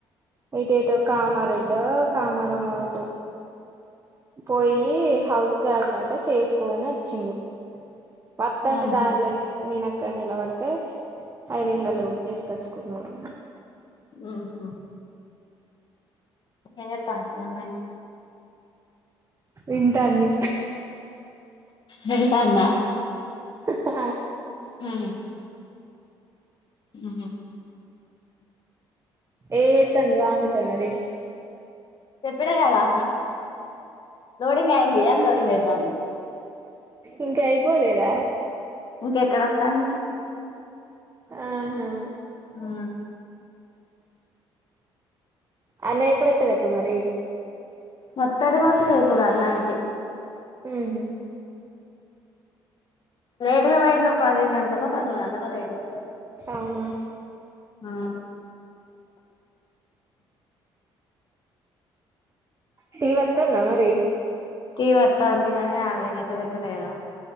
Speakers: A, on the right (about 30°); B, on the left (about 50°).
A: ఇటు ఏటో కామారెడ్డు కామారమో అటు పోయి హౌస్ ట్యాగులట చేసుకోని వచ్చిండు పత్త అంటే
B: ఆహా
A: దారిలోనే నేనక్కడ నిలబడితే ఆయన ఇళ్ళలు ఏసుకచ్చుకుం అవును
B: ఉహు ఏంజేతారు చిన్నమ్మ ఏది
A: వింటంది
B: నెగుతన్నా
A: తా
B: ఊ ఊ
A: ఏతంది వామికారి
B: చెప్పినా కదా లోడింగ్ అయింది అన్ లోడింగ్ అవుతుంది
A: ఇంకా అయిపోలేదా
B: ఇంకెక్కడతంది
A: ఆహా
B: ఆ
A: అన్నయ్య ఎప్పుడతడక మరి
B: మొత్తడికొరచ కదా ఇపుడు అన్ననికి
A: ఉహు
B: లేట్గా వేయండు పది గంటలకొ పదకొండు గంటలకు వేయండు
A: అవునా
B: ఆ
A: టీవీ వత్తందా మరి
B: టీవీ అతందిగానీ ఆమ లెద్ ఇటు పెడతలేర